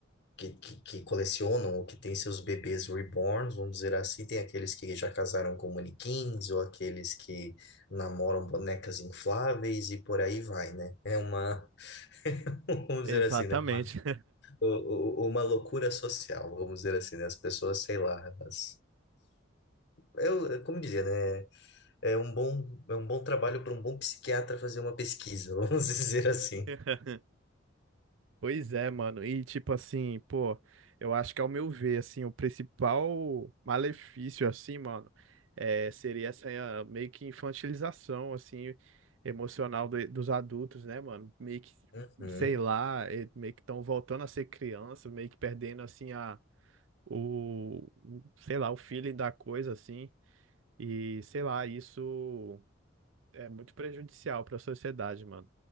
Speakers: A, on the left; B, on the right.
A: que, que, que colecionam ou que têm seus bebês reborns, vamos dizer assim, tem aqueles que já casaram com manequins ou aqueles que namoram bonecas infláveis e por aí vai, né? É uma, <laughs> vamos
B: Exatamente.
A: dizer assim, né? Uma, u- u- uma loucura social, vamos dizer assim, né? As pessoas, sei lá, elas. Eu, como dizer, né? É um bom, é um bom trabalho para um bom psiquiatra fazer uma pesquisa, <laughs> vamos dizer assim.
B: <laughs> Pois é, mano. E tipo assim, pô, eu acho que ao meu ver, assim, o principal malefício, assim, mano, é, seria essa eh, meio que infantilização, assim, emocional do- dos adultos, né, mano? Meio que,
A: Uhum,
B: sei lá, eh, meio que estão voltando a ser criança, meio que perdendo, assim, a, o, o- sei lá, o feeling da coisa, assim. E, sei lá, isso. É muito prejudicial para a sociedade, mano.